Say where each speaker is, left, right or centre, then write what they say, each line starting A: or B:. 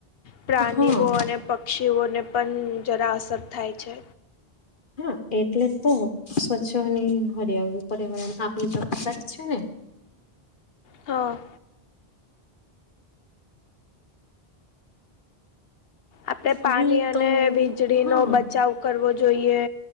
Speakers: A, on the left; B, on the left.
A: પ્રાણીઓ
B: હા
A: અને પક્ષીઓને પણ જરા અસર થાય છે.
B: હા એટલે તો સ્વચ્છની હરિયાળ પર્યાવરણ આપણી જવાબદારી છે ને.
A: હા. આપણે પાણી
B: અહીં
A: અને
B: તો
A: વીજળી
B: હા
A: નો બચાવ કરવો જોઈએ,